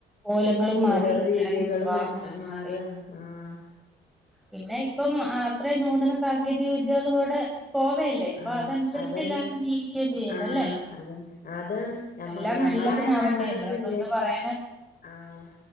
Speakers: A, in the centre; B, on the left.
A: കോലങ്ങളും മാറി
B: ഓരോ
A: എല്ലാരെയും
B: രീതികളും
A: സ്വഭാവങ്ങളും
B: മ മാറാണ്
A: മാറി
B: ആഹ്
A: പിന്നെ ഇപ്പം അത്രയും നൂതന സാങ്കേതിക വിദ്യകളൂടെ പോവയല്ലേ അപ്പൊ
B: ആഹ്
A: അതനുസരിച്ച്
B: അതന്നെ
A: എല്ലാരും ജീവിക്കുകയും ചെയ്യുന്നല്ലേ
B: ആഹ് അതന്നെ അതാണ് ഞമ്മ
A: എല്ലാം
B: ഞമ്മളായന്ന്
A: നല്ലതിനാവട്ടെ
B: അങ്ങനൊന്നും
A: അല്ല ഇപ്പ
B: ഇല്ലല്ലോ
A: എന്ത് പറയാന
B: ആഹ്